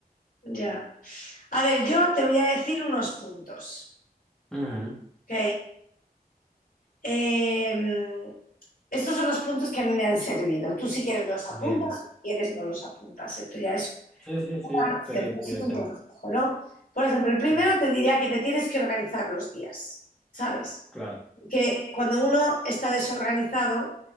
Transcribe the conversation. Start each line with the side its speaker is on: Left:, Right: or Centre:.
Left: Ya. A ver, yo te voy a decir unos puntos,
Centre: Ujú,
Left: ¿ok? Eh, estos son los puntos que a mí me han servido. Tú si quieres los apuntas,
Centre: Bien.
Left: si quieres no los apuntas. Esto ya es
Centre: Sí, sí,
Left: una
Centre: sí, estoy,
Left: cuestión, no es
Centre: estoy
Left: un
Centre: atento.
Left: consejo, ¿no? Por ejemplo, el primero
Centre: Bien,
Left: te diría que te tienes que organizar los días, ¿sabes?
Centre: claro.
Left: Que cuando uno está desorganizado